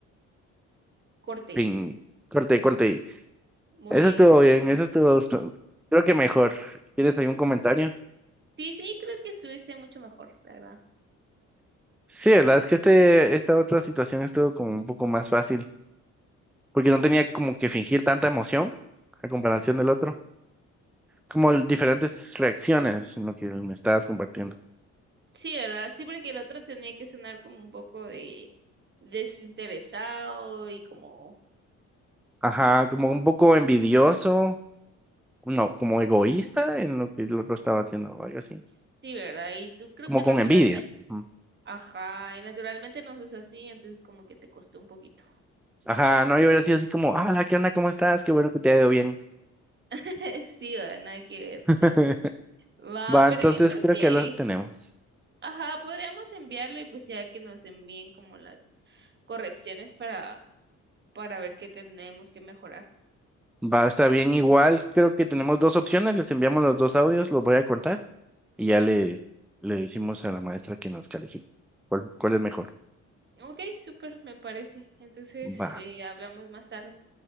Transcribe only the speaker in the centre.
Fin. Corte, corte.
Eso
estuvo bien, eso estuvo... estu- Creo que mejor. ¿Tienes algún comentario?
Sí, la verdad es que este, esta otra situación estuvo como un poco más fácil, porque no tenía como que fingir tanta emoción a comparación del otro, como el- diferentes reacciones en lo que me estabas compartiendo.
Ajá, como un poco envidioso, no, como egoísta en lo que el otro estaba haciendo o algo así,
como
con
envidia. Ujú.
Ajá, no, yo hubiera sido así como, hola, ¿qué onda? ¿Cómo estás? Qué bueno que te ha ido bien.
<laughs>
Va,
entonces
creo
que lo tenemos.
Va, está bien, igual creo que tenemos dos opciones, les enviamos los dos audios, los voy a cortar. y ya le, le decimos a la maestra que nos califique. ¿Cuál, cuál es mejor?
Va.